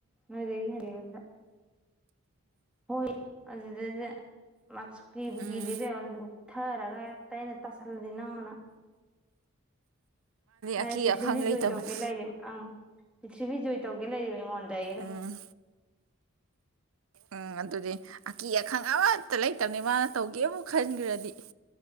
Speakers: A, in the centre; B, on the right.
A: ꯑꯗꯨꯗ ꯍꯥꯏꯔꯗ ꯍꯣꯏ ꯑꯁꯤ ꯃꯁꯨ ꯀꯕꯨ
B: ꯎꯝ
A: ꯀꯤꯗꯤꯕꯤ ꯂꯨꯞꯊꯔꯒ ꯇꯩꯅ ꯇꯁꯜꯂꯗꯤꯅ ꯍꯅ ꯃꯥꯗꯤ
B: ꯑꯀꯤ
A: ꯄ꯭ꯊꯤꯕꯤ
B: ꯑꯈꯪ ꯂꯩꯇꯕꯅꯤ
A: ꯖꯣꯏ ꯇꯧꯒꯦ ꯂꯩ ꯑꯪ ꯄꯤꯊꯤꯕꯤꯖꯣꯏ ꯇꯧꯒꯦ ꯂꯩ ꯍꯣꯟꯗꯏꯩꯅ
B: ꯎꯝ ꯎꯝ ꯑꯗꯨꯗꯤ ꯑꯀꯤ ꯑꯈꯪ ꯑꯃꯠꯇ ꯂꯩꯇꯕꯅꯤ ꯃꯥꯅ ꯇꯧꯒꯦꯕꯨ ꯈꯟꯈ꯭ꯔꯗꯤ